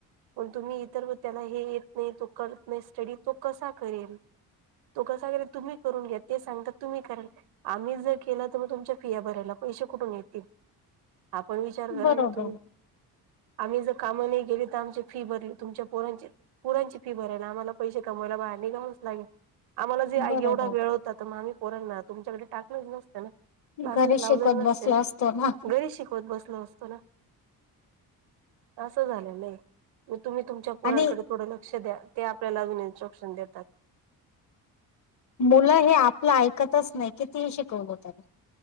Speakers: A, on the right; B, on the left.
A: पण तुम्ही इतर वेळे त्यांना हे येत नाही, तो करत नाही स्टडी, तो कसा करेल? तो कसा करेल तुम्ही करून घ्या, ते सांगता तुम्ही कराल, आम्ही जर केलं तर म तुमच्या फिया भरायला पैसे कुठून येतील. आपण विचार करा
B: बरोबर
A: ना तुम्ही? आम्ही जर कामा नाही गेली तर आमची फी भरी तुमच्या पोरांची पोरांची फी भरायला आम्हाला पैसे कमायला बाहेर निघावंच लागेल आम्हाला जे आई
B: बरोबर
A: एवढा वेळ होताात मग आम् कोरणना तुमच्याकडे टाकलंच नसतं ना क्लासेस
B: घरी शिकवत
A: लावले नसते
B: बसला असतो ना
A: घरी शिकवत बसलत अस झालं नाही म तुम्हीुच्या प कोरांकडे
B: आणि
A: थों लक्ष्या ते आप आपल्याला जण्या लक्षण देतात
B: मुलं हे आपलं ऐकतच नाही की तीही शिकवून होतात